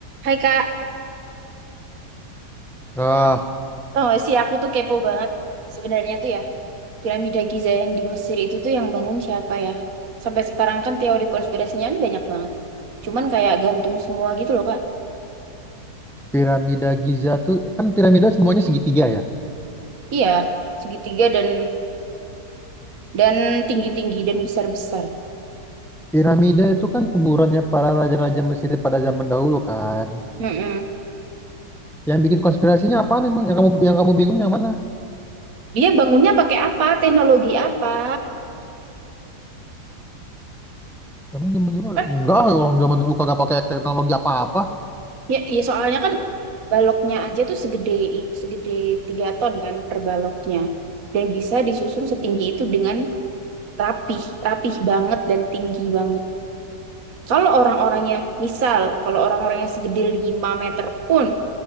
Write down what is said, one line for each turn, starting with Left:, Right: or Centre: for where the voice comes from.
Right: Hai Kak,
Centre: Ah,
Right: tau gak sih aku tuh kepo banget. Sebenarnya tuh ya, piramida Giza yang di Mesir itu tuh yang bangun siapa ya? Sampai sekarang kan teori konspirasinya kan banyak banget. Cuman kayak gantung semua gitu loh Kak.
Centre: piramida Giza tuh kan piramida semuanya segitiga ya.
Right: Iya, segitiga dan dan tinggi-tinggi dan besar-besar.
Centre: Piramida itu kan kuburannya para raja-raja Mesir pada zaman dahulu kan.
Right: Mm-mm.
Centre: Yang bikin konspirasinya apaan emang? Yang kamu yang kamu bingung yang mana?
Right: Dia bangunnya pakai apa? Teknologi apa?
Centre: Emang zaman dulu ada-
Right: Kan
Centre: enggak orang zaman dulu kagak pakai teknologi apa-apa.
Right: ya, ya soalnya kan baloknya aja tuh segede segede 3 ton kan per baloknya. Dan bisa disusun setinggi itu dengan rapih, rapih banget dan tinggi banget. Kalau orang-orangnya, misal, kalau orang-orangnya segede 5 meter pun,